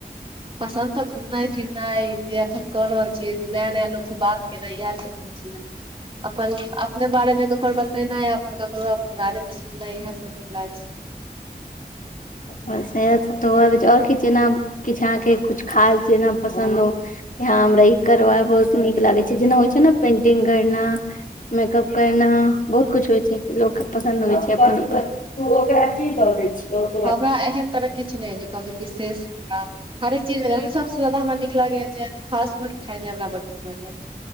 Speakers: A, on the right; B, on the left.
A: पसंन्द तऽ घूमनाय फिरनाय। जे अखन कऽ रहल छीयै नया -नया लोक से बात केनाइ इएह सब <unintelligible> अपन-अप। अपने बारे मे ककरो बतेनाइ आ ककरो बारे मे सुननाइ इएह सब निकलागेै छै।
B: बस एहा सब तऽ छै <unintelligible> और कि छै नाम। किछ आहाँके कुछ खास जेना पसंन्द हो? हँ हमरा ई करबा बहुत नीक लागेै छै जेना होय छै नऽ पेंटिंग करना। मेकअप करना बहुत कुछ होय छै लोक के पसंन्द होय छै अपन -अपन। तू ओकरा कि कहने छीयो?
A: हमरा एहन तरहक किछ नै जे कहब जे विशेष हँ हरेक चीज <unintelligible> सब। सबसे जादा हमरा नीक लागैया जे फास्ट फूड खायमे हमरा बड्ड लागैया।